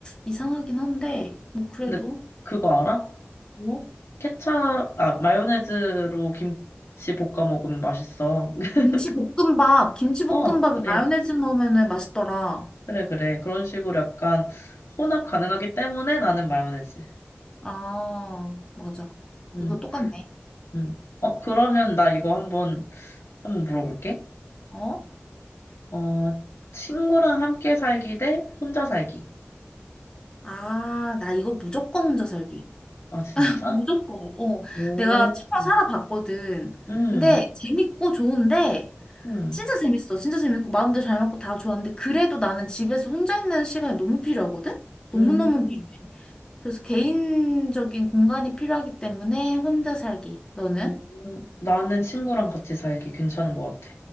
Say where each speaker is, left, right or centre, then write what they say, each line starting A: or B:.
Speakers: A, on the left; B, on the left.
A: 이상하긴 한데 뭐 그래도
B: 근데 그거 알아?
A: 뭐
B: 케첩, 아, 마요네즈로 김치 볶아 먹으면 맛있어. <laughs>
A: 김치 볶음밥 김치 볶음밥에
B: 어, 그래.
A: 마요네즈 넣으면은 맛있더라.
B: 그래, 그래. 그런 식으로 약간 혼합 가능하기 때문에 나는 마요네즈.
A: 아 맞아.
B: 음,
A: 이거 똑같네.
B: 음. 어, 그러면 나 이거 한번, 한번 물어볼게.
A: 어?
B: 어, 친구랑 함께 살기 대 혼자 살기.
A: 아 나 이거 무조건 혼자 살기.
B: 아, 진짜?
A: 무조건. 어,
B: 오,
A: 내가 책방 살아봤거든.
B: 음,
A: 근데 재밌고 좋은데
B: 음,
A: 진짜 재밌어. 진짜 재밌고 마음도 잘 맞고 다 좋았는데 그래도 나는 집에서 혼자 있는 시간이 너무 필요하거든. 너무너무
B: 음.
A: 필요해. 그래서 개인적인 공간이 필요하기 때문에 혼자 살기. 너는?
B: 음, 나는 친구랑 같이 살기 괜찮은 것 같아.